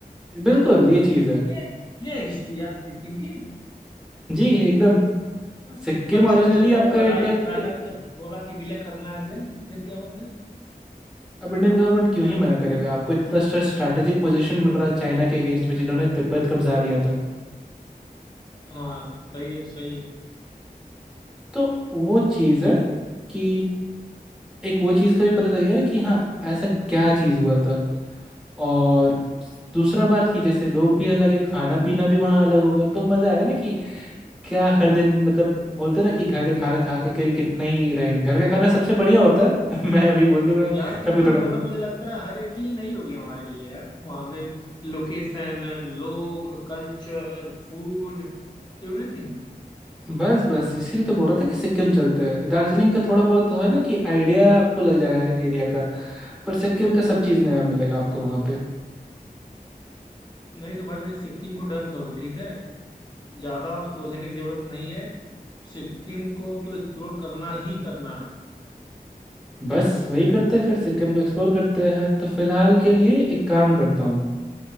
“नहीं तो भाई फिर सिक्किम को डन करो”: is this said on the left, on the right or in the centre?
Left